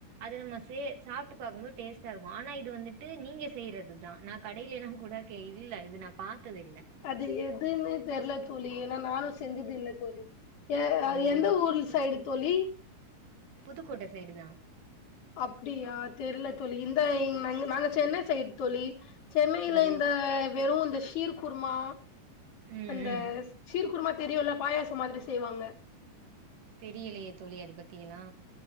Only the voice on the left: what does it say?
அது எதுன்னு தெரியல தோழி ஏனா நானு செஞ்சதில்லை தோழி ஏ
அது எந்த
ஊரு
சைடு தோழி
அப்படியா தெரியல தோழி இந்த <unintelligible> நாங்க சென்னை செயிடு தோழி சென்னையில
இந்த வெறு இந்த ஸ் கீர் குருமா
அந்த
சீர் குருமா தெரியுல்ல பாயாசோ மாதிரி செய்வாங்க